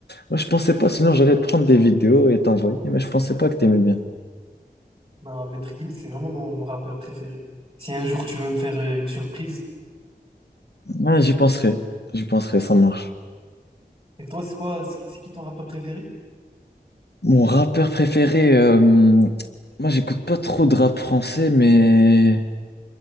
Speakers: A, on the left (about 75°); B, on the right (about 30°).
A: Moi, je pensais pas, sinon j'allais te prendre des vidéos et t'envoyer, mais je pensais pas que t'aimais bien.
B: non, Maître Gims, c'est vraiment mon, mon rappeur préféré. Si un jour tu veux me faire euh, une surprise,
A: Ouais, j'y penserai, j'y penserai, ça marche.
B: et toi, c'est quoi? C'est c'est qui ton rappeur préféré?
A: Mon rappeur préféré, euh, moi, j'écoute pas trop de rap français, mais